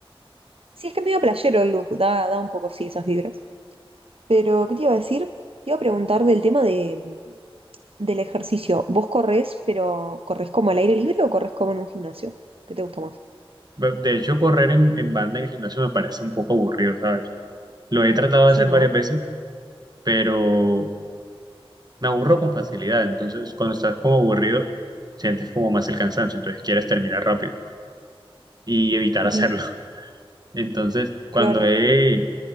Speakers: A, on the right; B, on the right.
A: Sí, es que es medio playero el look, da, da un poco, sí, esas vibras. Pero, ¿qué te iba a decir? Te iba a preguntar del tema de, del ejercicio, ¿vos corres, pero corres como al aire libre o corres como en un gimnasio? ¿Qué te gusta más?
B: Be- De hecho, correr en, en banda en el gimnasio me parece un poco aburrido, ¿sabes? Lo he tratado
A: Sí,
B: de hacer
A: ¿no?
B: varias veces, pero me aburro con facilidad, entonces cuando estás como aburrido, sientes como más el cansancio, entonces quieres terminar rápido y evitar
A: Ujú,
B: hacerlo. <laughs> Entonces, cuando
A: Claro,
B: he